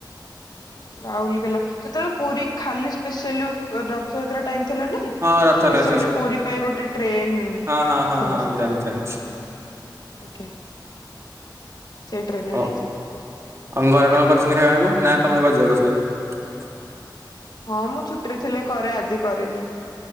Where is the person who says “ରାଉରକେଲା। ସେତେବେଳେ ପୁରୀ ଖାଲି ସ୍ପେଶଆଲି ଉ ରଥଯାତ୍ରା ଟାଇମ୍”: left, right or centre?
Left